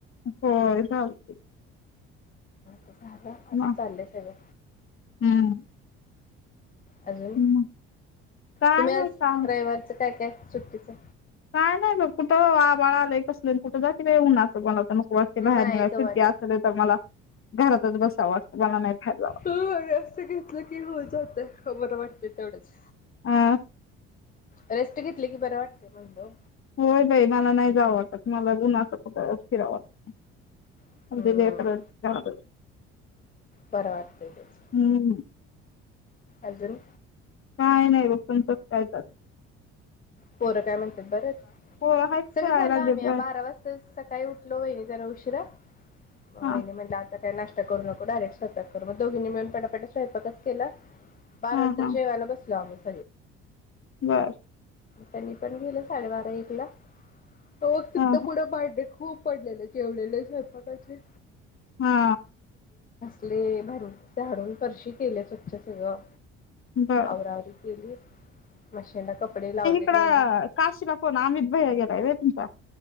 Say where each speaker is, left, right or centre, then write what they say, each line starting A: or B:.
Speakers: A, on the left (about 45°); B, on the left (about 30°).
A: होय <inaudible>
B: ह झालं असं
A: मग
B: चाललंय सगळं
A: हम्म
B: अजून
A: मग काय
B: तुम्ही
A: नाही
B: आज
A: काम
B: रयवारच काय काय सुट्टीचं
A: काय नाही बग, कुठं आभाळ आलय कसलं कुठं जाती बाय उन्हाचं तानाच मग वाटतंय बाहेर
B: नाहीयचं
A: निघाय सुट्टी
B: वाटत.
A: असली तर मला घरातच बसाव वाटतं. मला नाही बाहेर जावं
B: होय असं घेतल की होऊन जातय हा बरोबर ते तेवढंच
A: हा
B: रेस्ट घेतली की बरं वाटतयं म्हणलो.
A: होय बाई मला नाही जाव वाटत मला उन्हाच कुठ फिराव वाटत नाय
B: हम्म
A: उद्या लेकराच चालू
B: बरं वाटतंय तेच.
A: हूं हूं
B: अजून
A: काय नाही ग <unintelligible> काय चालू
B: पोरं काय म्हणतात बरंच
A: पोरं आहेत
B: सगळं
A: खेळायला
B: झालं,
A: लागलेत
B: आम्ही
A: बाहेर
B: बारा वाजता सकाळी उठलो वहिनी जरा उशिरा मग
A: हा
B: वहिनी म्हनत्यात. आता काय नाष्टा करू नको डायरेक्ट स्वयंपाक कर मग दोघीनी मिळून पटापटा स्वयंपाकच केला बाराला
A: हा
B: तर
A: हा
B: जेवायला बसलो आम्ही <inaudible>
A: बर
B: त्यांनी पण गेले साडेबारा एक ला <unintelligible> तित
A: हा
B: पुढे भांडे खूप पडलेले जेवलेले स्वयंपाकाचे
A: हा
B: ले बाहेरून झाडून फरशी केल्या स्वच्छ सगळं
A: बर
B: आवरा आवरी केली. मशीनला कपडे लावले.
A: तिकडं
B: निम्मे.
A: काशीला कोण अमित भैय्या गेलाय होय तुमचा?